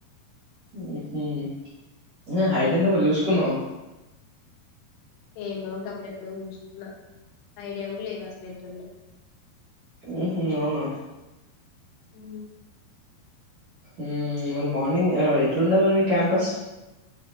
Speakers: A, on the right (about 50°); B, on the left (about 80°).
A: ఊహ్మ్ నువ్వు హైటెంత మరి చూసుకున్నావా.
B: ఏమో ఇంక అప్పుడెప్పుడు చూసుకున్నా ఐడియా కూడా లేదు అసలు ఎంతుందో.
A: ఉమ్మ్ అవునా.
B: ఉమ్
A: ఉమ్ మరి మార్నింగ్ ఎట్లా వుండే మరి క్యాంపస్.